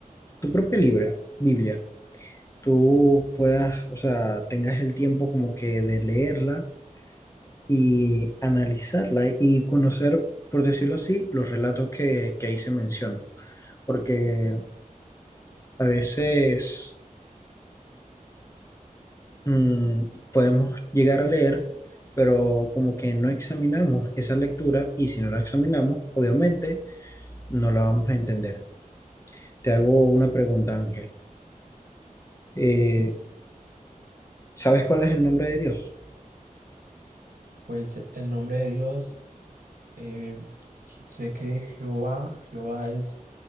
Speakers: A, on the left; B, on the right.
A: tu propia libra, Biblia, tú puedas, o sea, tengas el tiempo como que de leerla y analizarla y conocer, por decirlo así, los relatos que, que ahí se mencionan. Porque a veces mm, podemos llegar a leer, pero como que no examinamos esa lectura y si no la examinamos, obviamente no la vamos a entender. Te hago una pregunta, Ángel. Eh,
B: Sí,
A: ¿Sabes cuál es el nombre de Dios?
B: pues el nombre de Dios, eh, sé que Jehová, Jehová es